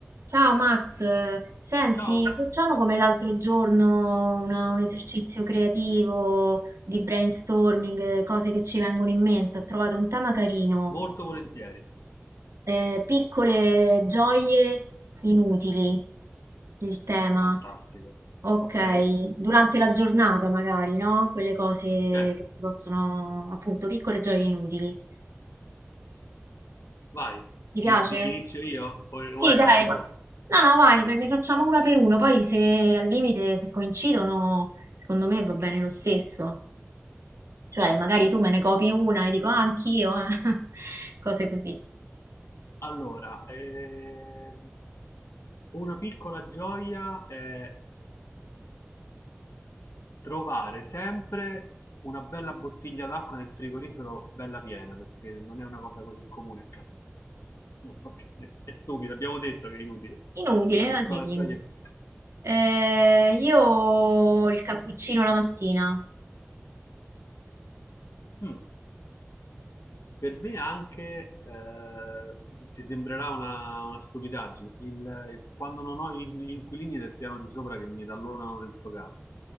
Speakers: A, on the right; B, on the left.
A: Ciao Max, senti,
B: Ciao,
A: facciamo come l'altro giorno una- un esercizio creativo di brainstorming, eh, cose che ci vengono in mente. Ho trovato un tema carino,
B: molto volentieri.
A: eh, piccole gioie inutili, il tema.
B: Fantastico.
A: Ok,
B: Ok,
A: durante la giornata magari, no? Quelle cose che
B: certo,
A: ti possono, appunto, piccole gioie inutili.
B: vai.
A: Ti piace?
B: Ti, ti- inizio io o,
A: Sì,
B: o attacchi
A: dai. No,
B: tu?
A: no, vai, ne facciamo una per uno, poi se al limite, se coincidono, secondo me va bene lo stesso. Cioè, magari tu me ne copi una e dico, ah, anch'io, eh. <laughs> Cose così.
B: Allora, ehm, una piccola gioia è trovare sempre una bella bottiglia d'acqua nel frigorifero bella piena, perché non è una cosa così comune a casa. Lo so che sia- è stupido, abbiamo detto che è inutile.
A: Inutile,
B: La piccola
A: ma sì, sì.
B: gioia è quella.
A: Eh, io il cappuccino la mattina.
B: Mm. Per me anche eh, ti sembrerà una, una stupidaggine, il- quando non ho gli gli inquilini del piano di sopra che mi tallonano dentro casa,